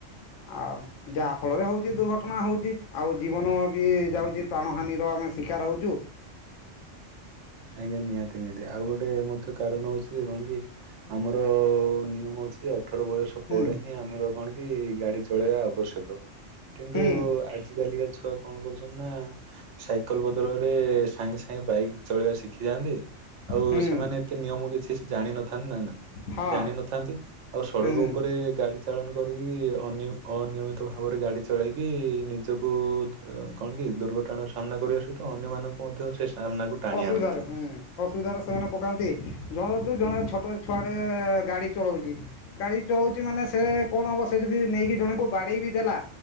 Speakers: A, on the left; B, on the right.
A: ଆଉ ଯାହା ଫଳରେ ହଉଛି ଦୁର୍ଘଟଣା ହଉଛି ଆଉ ଜୀବନବି ଯାଉଛି ପ୍ରାଣ ହାନିର ଆମେ ଶିକାର ହଉଛୁ।
B: ଆଜ୍ଞା ନିହାତି ନିହାତି ଆଉ ଗୋଟେ ମଧ୍ୟ କାରଣ ହଉଛି ଯେ କଣ କି ଆମର ନିୟମ ଅଛି ଅଠର ବୟସ ପରେ
A: ହୁଁ
B: ହିଁ ଆମର କଣ କି ଗାଡି ଚଳେଇବା ଆବଶ୍ୟକ। କିନ୍ତୁ
A: ହୁଁ
B: ଆଜି କାଲିକା ଛୁଆ କଣ କରୁଛନ୍ତି ନା ସାଇକେଲ ବ ବଦଳରେ ସାଙ୍ଗେ ସାଙ୍ଗେ ବାଇକ୍ ଚଳେଇବା ଶିଖିଯାଆନ୍ତି। ଆଉ
A: ହୁଁ
B: ସେମାନେ ଏତେ ନିୟମ କିଛି ଜାଣିନଥାନ୍ତି ନା ନା
A: ହଁ
B: ଜାଣିିନଥାନ୍ତି ଆଉ ସଡ଼କ
A: ହୁଁ
B: ଉପରେ ଗାଡି ଚାଳନ କରିକି ଅନିୟ ଅନିୟମିତ ଭାବରେ ଗାଡ଼ି ଚଳାଇକି ନିଜକୁ କଣ କି ଦୁର୍ଘଟଣାର ସାମ୍ନା କରିବା ସହିତ ଅନ୍ୟମାନଙ୍କୁ ମଧ୍ୟ ସେ ସାମ୍ନାକୁ ଟାଣି
A: ଅସୁବିଧାରେ
B: ଆଣନ୍ତି।
A: ହୁଁ। ଅସୁବିଧାରେ ସେମାନେ ପକାନ୍ତି ଜନତୁ ଜଣେ ଛୋଟ ଛୁଆଟେ ଗାଡି ଚଳଉଛି। ଗାଡି ଚଳଉଛି ମାନେ ସେ କଣ ହବ ସେ ଯଦି ନେଇକି ଜଣଙ୍କୁ ବାଡେଇ ବିି ଦେଲା।